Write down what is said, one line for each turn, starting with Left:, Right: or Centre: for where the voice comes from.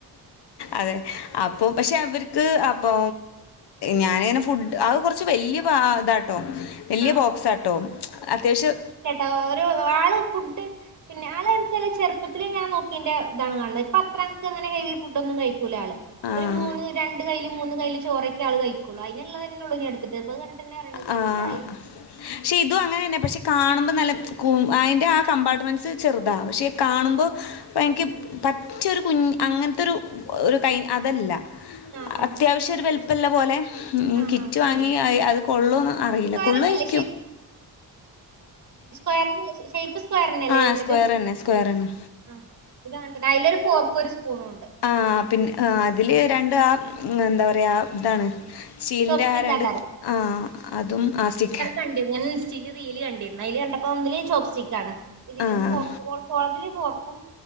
Left: അതെ അപ്പൊ പക്ഷെ അവർക്ക് അപ്പൊ ഞാന ഇങ്ങനെ ഫുഡ് അത് കുറച്ച് വലിയ പാ ഇതാട്ടോ വലിയ
Right: ആ
Left: ബോക്സ്ട്ടോ അത്യാവശ്യം
Right: ഓ ഒരു ആള് ഫുഡ് പിന്നെ ആൾ വെച്ചൽ ചെറുപ്പത്തില് ഞാൻ നോക്കീന്റെ ഇതാണ് കാണത് പത്രക്കെ അങ്ങനെ ഹെവി ഫുഡ് ഒന്നും കഴിക്കൂല ആള്
Left: ആ
Right: ഒരു മൂന്ന് രണ്ട് കയ്ൽ മൂന്ന് കയ്യിൽ ചോറ,, ഒള് കഴക്കുള്ളൂ അതിനുള്ള തന്നെള്ളൂ അടുത്ത ടൈപ്പ് കണ്ടിട്ട് തന്നെ അറിയാണത് കയ്ച്ചിലായി
Left: ആഹ് പക്ഷെ ഇതും അങ്ങനെ തന്നെ പക്ഷെ കാണുമ്പോ നല്ലകൂ അയിന്റെ ആ കമ്പാർട്ട്മെന്റ്സ് ചെറുതാ പക്ഷെ കാണുമ്പോൾ
Right: ആഹ്
Left: എനിക്ക് പറ്റൊരു കുഞ് അങ്ങനത്തെരു ഒരു കൈ അതല്ല
Right: ആഹ് ആഹ്
Left: ത്യാവശ്യ ഒരു വൽപ്പള്ള പോലെ
Right: ആഹ്
Left: കിറ്റ്
Right: ആഹ്
Left: വാങ്ങി
Right: ഫീൽ ചെയ്യും
Left: അത് കൊള്ളുന്ന് അറിയില്ല
Right: സ്ക്വയറിനല്ലേ
Left: കൊള്ളുയിരിക്കും
Right: സ്ക്വയറി ഷേപ്പ് പഞ്ഞല്ലേ
Left: ആ
Right: വരുന്നത്
Left: സ്ക്വയർ തന്നെ സ്ക്വയർ തന്നെ
Right: ആ ഇത് അങ്ങനത്തെ അതിലൊരു ഫോർക്ക് ഒരു സ്പൂണും ഉണ്ട്
Left: ആഹ് പിന്നെ ആഹ് അതില് രണ്ട ആഹ് എന്താ പറയാ ഇതാണ് സ്റ്റിലിന്റെ
Right: ചോപ്സ്റ്റിക്
Left: ആ രണ്ട്
Right: ആക്കാരം
Left: ആഹ് അതും ആസിഖ
Right: <unintelligible> ചിരി റീൽ കണ്ടിരുന്നു അതില് കണ്ടപ്പോ ഒന്നില് ചോപ്റ്റിക്ക ആണ് ഇതില്
Left: ആ
Right: ഫോർപ്പും ഓൾക്കളത്തില്ൽ ഫോർപ്പും